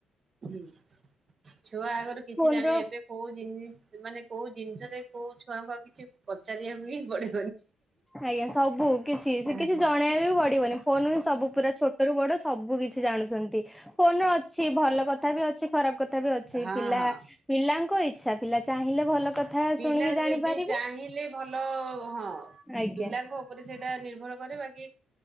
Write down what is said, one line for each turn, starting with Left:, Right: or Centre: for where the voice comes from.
Right: ହୁଁ ଛୁଆ ଆଗରୁ କିଛି
Centre: ଫୋନ
Right: ଜାଣିବେ
Centre: ର
Right: ଏବେ କୋଉ ଜିନିଷ ମାନେ କୋଉ ଜିନିଷରେ କୋଉ ଛୁଆଙ୍କୁ ଆଉ କିଛି ପଚାରିବାକୁ ହିଁ ପଡେ
Centre: ଆଜ୍ଞା ସବୁ କିଛି ସେ
Right: ହଁ।
Centre: କିଛି ଜଣେଇବା ବି ପଡିବନି ଫୋନ ହିଁ ସବୁ ପୁରା ଛୋଟ ଛୋଟ ରୁ ବଡ ସବୁ କିଛି ଜାଣୁଛନ୍ତି ଫୋନ ଅଛି ଭଲ କଥା ବି ଅଛି ଖରାପ କଥା ବି ଅଛି ସେଇ
Right: ହଁ
Centre: ପିଲା
Right: ହଁ
Centre: ପିଲାଙ୍କ ଇଚ୍ଛା ପିଲା ଚାହିଁଲେ ଭଲ କଥା
Right: ପିଲା
Centre: ଶୁଣିକି ଜାଣିପାରିବେ
Right: ଯେବି ଚାହିଁଲେ ଭଲ ହଁ
Centre: ଆଜ୍ଞା
Right: ପିଲାଙ୍କ ଉପରେ ସେଇଟା ନିର୍ଭର କରେ ବାକି